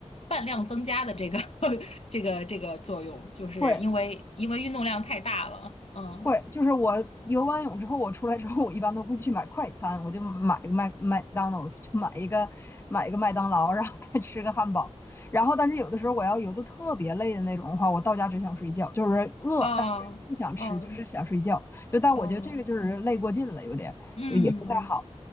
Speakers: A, on the left (about 60°); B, on the left (about 20°).
A: 饭量增加的这个 <laughs> 这个这个作用，就是因为因为运动量太大了。
B: 会，
A: 嗯，
B: 会，就是我游完泳之后，我出来之后，我一般都会去买快餐，我就买个麦麦当劳，去买一个买一个麦当劳，然后再吃个汉堡。然后，但是有的时候我要游的特别累的那种的话，我到家只想睡觉，就是饿，
A: 哦。
B: 但是不想吃，
A: 哦，
B: 就是想睡觉。就但我觉得这个就是累过劲了，
A: 哦，
B: 有点就也不太好。
A: 嗯，